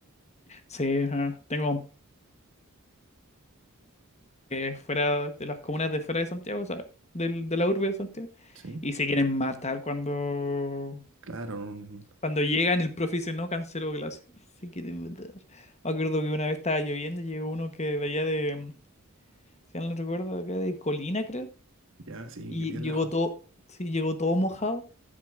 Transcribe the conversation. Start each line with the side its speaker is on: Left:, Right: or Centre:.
Left: Sí, ajá. Tengo comp- que fuera de las comunas de fuera de Santiago, o sea, del- de la urbe de Santiago.
Right: ¿sí?
Left: Y se quieren matar cuando.
Right: Claro, no-
Left: Cuando llegan, el profe dice, no, canceló clase. Se quieren matar. Me acuerdo que una vez estaba lloviendo y llegó uno que de allá de. Si no recuerdo, acá de Colina, creo.
Right: ya sí,
Left: Y
Right: que bien
Left: llegó
Right: lejos.
Left: todo, sí, llegó todo mojado.